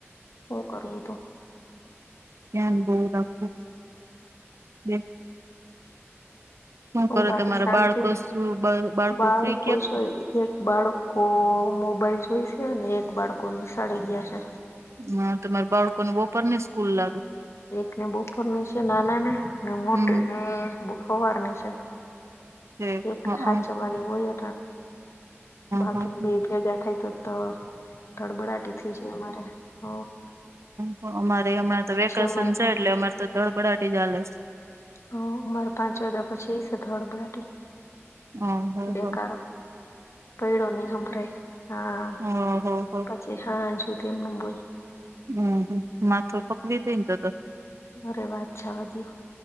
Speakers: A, on the left; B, on the right.
A: શ કરવું તો
B: ધ્યાન બહ રાખું બે
A: હું
B: કરે
A: બાકી
B: તમારા
A: શાંતિ
B: બાળકો
A: ને
B: શું બાળકો
A: બાળ
B: સુઈ
A: કોઈ છે એક બાળકો મોબાઈલ જોઈશે ને એક બાળકો નિશાળે ગયા છે
B: હ તમારા બાળકોને બપોર નઈ સ્કૂલ લાગે
A: એક ને બપોરની છે નાના ને ને મોટી
B: હમ
A: ને સવાર ની છે
B: ઠીક
A: એકને
B: હ હ
A: હાચરવાની હોય બાકીને
B: હ હ
A: બે ભેગા થાય તો તો ધડબડાટી થઈ જાય અમારે હ
B: હ અમારે હમણાં તો વેકેશન
A: અમારે
B: છે
A: તો
B: એટલે અમારે તો ધડપડાાટી ચાલે છે
A: હ મારે પાંચ વાગ્યા પછી એ સાથે હડબડા
B: ઓહો
A: બેકારો
B: હો
A: પૈડો નહી સંંભળ હા
B: હા હ હા
A: પછી હા જોુતી એમને બોલ
B: હમ માથું પકવી દઈ તો તો
A: રે વાત છેા વધ્યો